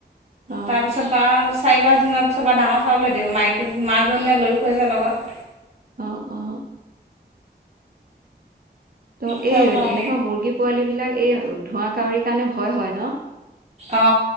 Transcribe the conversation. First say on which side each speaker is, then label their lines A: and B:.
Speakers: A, on the right; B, on the right.
A: অ
B: তাৰপিছ তাৰ চাৰি-পাঁচদিনৰ পিছৰ পৰা ডাঙৰ চাউলৈ দিওঁ। মাইকী মাকজনীয়ে লৈ ফুৰে যে লগত।
A: অ অ। ত
B: সেয়া
A: এই
B: ভাল
A: এনেকুৱা মুৰ্গী পোৱালী বিলাক এই ধোঁৱা কাউৰীৰ কাৰণে ভয় হয় ন?
B: অ